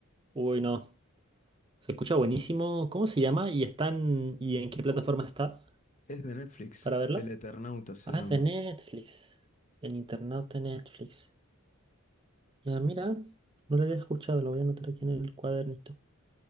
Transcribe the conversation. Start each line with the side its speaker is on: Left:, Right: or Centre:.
Right: uy, no. Se escucha buenísimo. ¿Cómo se llama? ¿Y están, y en qué plataforma está
Left: Es de Netflix,
Right: para verla?
Left: El Eternauta se
Right: Ah,
Left: llama.
Right: es de Netflix. En internet de Netflix. Ya, mira, no lo había escuchado, lo voy a anotar aquí en el cuadernito.